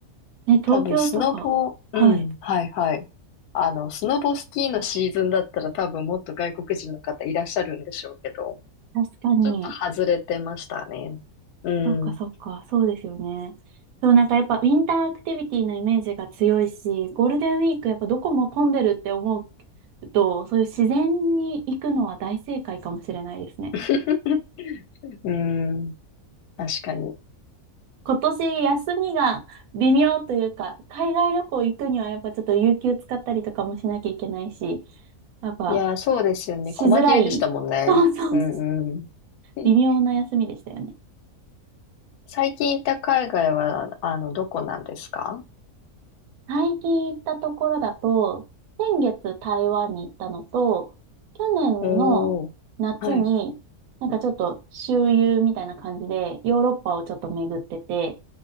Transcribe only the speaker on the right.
東京とか。
はい。
確かに。
そっかそっか。そうですよね。そう、なんかやっぱウィンターアクティビティのイメージが強いし、ゴールデンウィークやっぱどこも混んでるって思うと、そういう自然に行くのは大正解かもしれないですね。
今年休みが微妙というか、海外旅行行くにはやっぱちょっと有給使ったりとかもしなきゃいけないし、やっぱ
しづらい。
そうそう。
微妙な休みでしたよね。
最近行ったところだと、先月台湾に行ったのと、去年の夏に、
なんかちょっと周遊みたいな感じで、ヨーロッパをちょっと巡ってて、